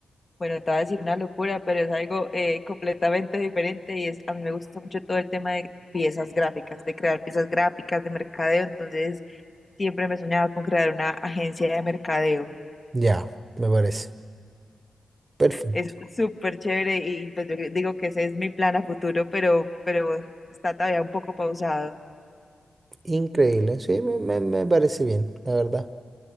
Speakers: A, on the left (about 35°); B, on the right (about 35°).
A: Bueno, te voy a decir una locura, pero es algo eh, completamente diferente y es, a mí me gusta mucho todo el tema de piezas gráficas, de crear piezas gráficas, de mercadeo, entonces siempre me soñaba con crear una agencia de mercadeo.
B: Ya, me parece. Perfecto.
A: Es súper chévere y pues yo digo que ese es mi plan a futuro, pero, pero está todavía un poco pausado.
B: Increíble. Sí, me, me- me parece bien, la verdad.